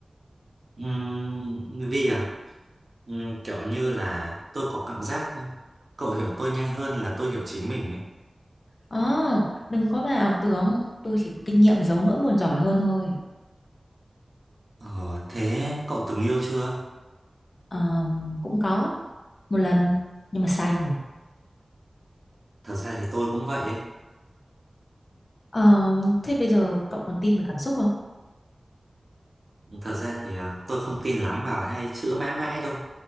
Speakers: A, on the right (about 55°); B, on the left (about 65°).
A: Ừm, vì à, Ừm, kiểu như là tôi có cảm giác ờ, cậu hiểu tôi nhanh hơn là tôi hiểu chính mình ấy.
B: Ờ, đừng có mà ảo tưởng, tôi chỉ có kinh nghiệm giấu nỗi buồn giỏi hơn thôi.
A: Ờ, thế cậu từng yêu chưa?
B: Ờm, cũng có, một lần, nhưng mà sai người.
A: Thật ra thì tôi cũng vậy ấy.
B: Ờ, thế bây giờ cậu còn tin vào cảm xúc không?
A: Thật ra thì à, tôi không tin lắm vào hai chữ mãi mãi đâu.